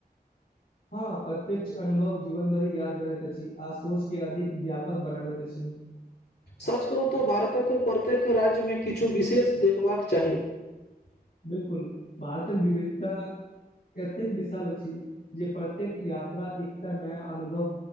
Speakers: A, on the left; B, on the left.
A: हँ प्रत्यक्ष अनुभव जीवन भरि याद रहैत अछि आ सोच के अधिक व्यापक बनबैत अछि
B: सच कहू तऽ भारतक प्रत्येक राज्यमे किछु विशेष देखबाक चाही ह <unintelligible>
A: बिल्कुल भारतक विविधता एतेक विशाल अछि जे प्रत्येक यात्रा एकटा नया अनुभव